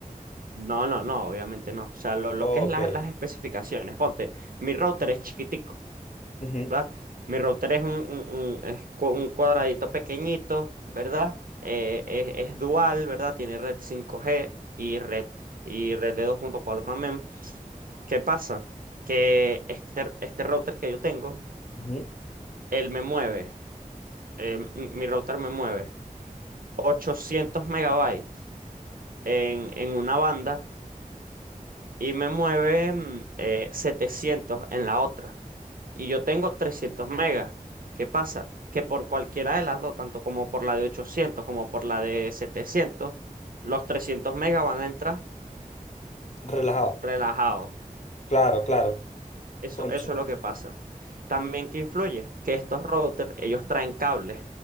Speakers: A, on the right (about 75°); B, on the left (about 55°).
A: No, no, no, obviamente no. O sea, lo, lo
B: Ok.
A: que es la- las especificaciones. Ponte, mi router es chiquitico,
B: Ujú,
A: ¿verdad? Mi router es un, un- un- es cu- un cuadradito pequeñito, ¿verdad? Eh, es, es dual, ¿verdad? Tiene red cinco g y red, y red de dos punto cuatro también. ¿Qué pasa? Que este, este router que yo tengo
B: ujú.
A: él me mueve, eh, m- mi router me mueve 800 megabytes en, en una banda y me mueve mm, eh, 700 en la otra. Y yo tengo 300 megas. ¿Qué pasa? Que por cualquiera de las dos, tanto como por la de 800 como por la de 700, los 300 megas van a entrar
B: Relajado.
A: relajados.
B: Claro, claro.
A: Eso,
B: Concha.
A: eso es lo que pasa. También que influye que estos routers, ellos traen cables.